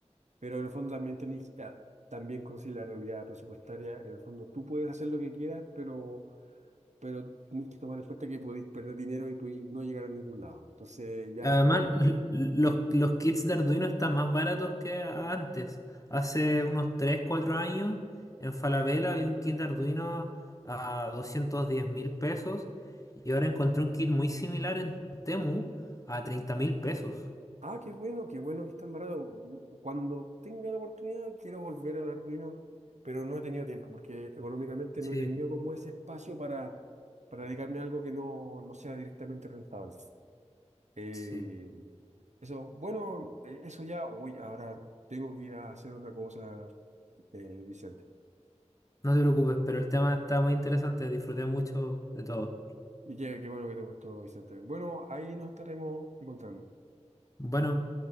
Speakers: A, on the right; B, on the left.
A: pero en el fondo también tenéis, ah, también conocí la realidad presupuestaria, en el fondo tú puedes hacer lo que quieras, pero... pero tienes que tomar en cuenta que podéis perder dinero y podéis no llegar a ningún lado. Entonces ya
B: Además, l- l- los, los kits de Arduino están más baratos que antes. Hace unos 3 4 años, en Falabella había un kit de Arduino a doscientos diez mil pesos, y ahora encontré un kit muy similar en Temu a treinta mil pesos.
A: Ah, qué bueno, qué bueno que están baratos. Mm, Cuando tenga la oportunidad quiero volver al Arduino, pero no he tenido tiempo porque económicamente
B: Sí,
A: no he tenido como ese espacio para, para dedicarme a algo que no, no sea directamente rentable. Eh,
B: sí.
A: eso, bueno, eh, eso ya, uy, ahora tengo que ir a hacer otra cosa, eh, Vicente.
B: No te preocupes, pero el tema está muy interesante. Disfruté mucho de todo.
A: Y qué, qué bueno que te gustó, Vicente. Bueno, ahí nos estaremos encontrando.
B: Bueno.